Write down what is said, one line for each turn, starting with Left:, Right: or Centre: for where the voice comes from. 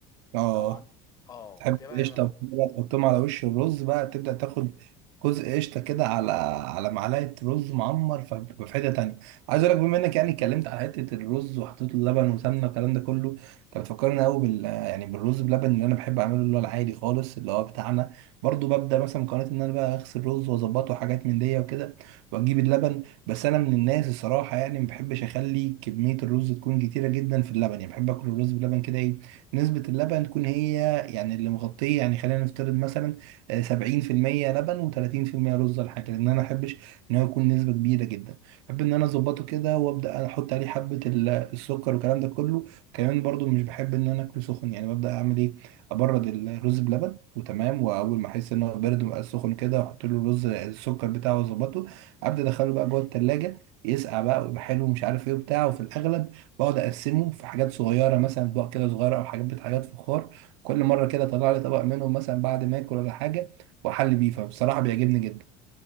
Right: اه
Left: لو ما عند... اه
Right: تحب
Left: ده بقى
Right: القشطة وكده بقى تحطهم على وش الرز بقى تبدأ تاخد جزء قشطة كده على على معلقة رز معمر فبيبقى في حتة تانية عايز أقول لك بما إنك يعني اتكلمت على حتة الرز وحطيت له لبن وسمنة والكلام ده كله أنت بتفكرني قوي بال يعني بالرز بلبن اللي أنا بحب أعمله اللي هو العادي خالص اللي هو بتاعنا برضو ببدأ مثلا مقارنة إن أنا بقى أغسل الرز وأظبطه حاجات من دي وكده وأجيب اللبن بس أنا من الناس الصراحة يعني ما بحبش أخلي كمية الرز تكون كتيرة جدا في اللبن يعني بحب آكل الرز بلبن كده إيه نسبة اللبن تكون هي يعني اللي مغطية يعني خلينا نفترض مثلا آه، سبعين في المية لبن وتلاتين في المية رز ولا حاجة لأن أنا محبش إن هو يكون نسبة كبيرة جدا بحب إن أنا أظبطه كده وأبدأ أحط عليه حبة ال- السكر والكلام ده كله كمان برضو مش بحب إن أنا أكله سخن يعني ببدأ أعمل إيه أبرد الرز بلبن وتمام وأول ما أحس إن هو بارد ومبقاش سخن كده أحط له الرز السكر بتاعه وأظبطه أبدأ أدخله بقى جوه التلاجة يسقع بقى ويبقى حلو ومش عارف إيه وبتاع وفي الأغلب بقعد اقسمه في حاجات صغيره مثلا اطباق كده صغيره او حاجات حاجات فخار كل مره كده طلع لي طبق منهم مثلا بعد ما اكل ولا حاجه واحل بيه فبصراحه بيعجبني جدا